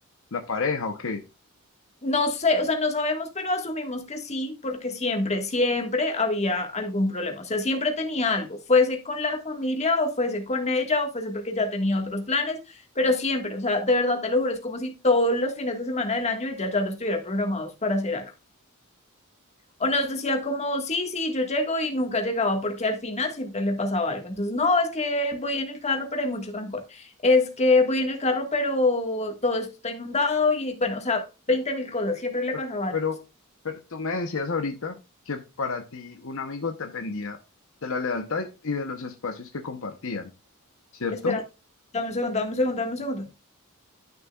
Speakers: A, on the left (about 65°); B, on the left (about 30°).
A: la pareja, ¿o qué?
B: No sé, o sea, no sabemos, pero asumimos que sí, porque siempre, siempre había algún problema. O sea, siempre tenía algo, fuese con la familia o fuese con ella o fuese porque ya tenía otros planes, pero siempre, o sea, de verdad te lo juro, es como si todos los fines de semana del año ella ya los tuviera programados para hacer algo. O nos decía como, sí, sí, yo llego y nunca llegaba porque al final siempre le pasaba algo. Entonces, no, es que voy en el carro, pero hay mucho trancón. Es que voy en el carro, pero todo esto está inundado y bueno, o sea, 20 mil cosas, siempre le
A: Bueno,
B: pasaba
A: pero,
B: algo.
A: pero tú me decías ahorita que para ti un amigo dependía de la lealtad y de los espacios que compartían, ¿cierto?
B: Espera, dame un segundo, dame un segundo, dame un segundo.